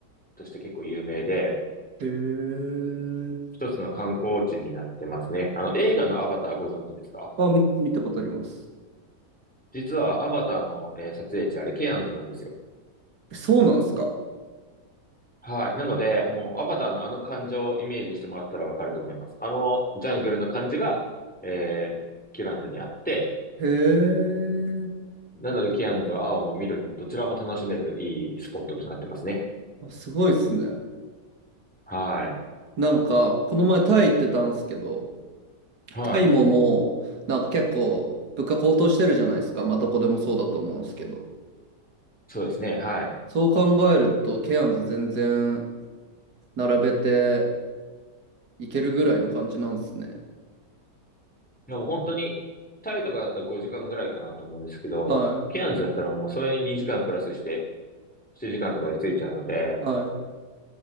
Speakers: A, in the centre; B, on the right.
A: として結構有名で、
B: へえ。
A: 一つの観光地になってますね。あの、映画のアバターご存知ですか
B: あ、み、見たことあります。
A: 実はアバターの、えー撮影地、あれケアンズなんですよ。
B: えそうなんですか。
A: はい。なので、もうアバターのあの感情をイメージしてもらったらわかると思います。あのジャングルの感じが、えーキュランダにあって、
B: へえ。
A: なので、キアンズは青も緑もどちらも楽しめるいいスポットとなってますね。
B: あ、すごいですね。
A: はい。
B: なんか、この前タイ行ってたんですけど、
A: はい。
B: タイももう、なんか結構物価高騰してるじゃないですか。まあどこでもそうだと思うんですけど。
A: そうですね。はい。
B: そう考えると、ケアンズ全然並べていけるぐらいの感じなんですね。
A: でも本当に、タイとかだったら5時間ぐらいかなと思うんですけど、
B: は
A: ケアンズだったらもうそれに2時間プラスして、7時間とかで着いちゃうので、
B: い。はい。